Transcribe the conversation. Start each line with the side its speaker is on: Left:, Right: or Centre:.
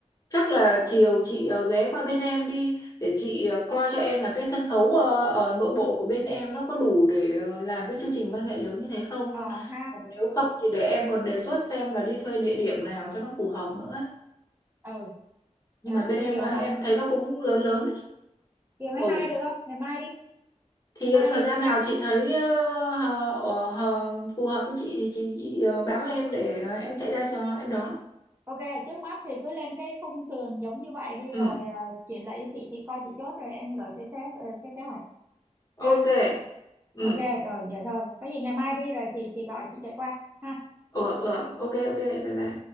Left: chắc là chiều chị ờ, ghé qua bên em đi để chị ờ, coi cho em là cái sân khấu ờ, ở nội bộ của bên em nó có đủ để ờ, làm cái chương trình văn nghệ lớn như thế không
Right: ờ ha
Left: còn nếu không thì để em còn đề xuất xem là đi thuê địa điểm nào cho nó phù hợp nữa ấy.
Right: ừ
Left: nhưng
Right: Ờ,
Left: mà bên em
Right: chiều
Left: là
Right: hả
Left: em thấy nó cũng lớn lớn đấy.
Right: chiều ngày
Left: ồ
Right: mai được không ngày mai đi
Left: thì
Right: ngày mai
Left: ờ, thời
Right: đi
Left: gian
Right: ha
Left: nào chị thấy ờ, hờ- ờ, hờ- phù hợp với chị thì chị, chị ờ, báo em để ờ, em chạy ra cho em đón
Right: Ok, trước mắt thì cứ lên cái khung sườn giống như vậy đi
Left: ừ
Right: rồi à, chuyển lại cho chị, chị coi chị chốt rồi em gửi cho sếp ờ, cái kế hoạch ha.
Left: ok ừ
Right: Ok, rồi vậy thôi. Có gì ngày mai đi rồi chị chị gọi chị chạy qua. ha
Left: ừ ừ ok ok bye bye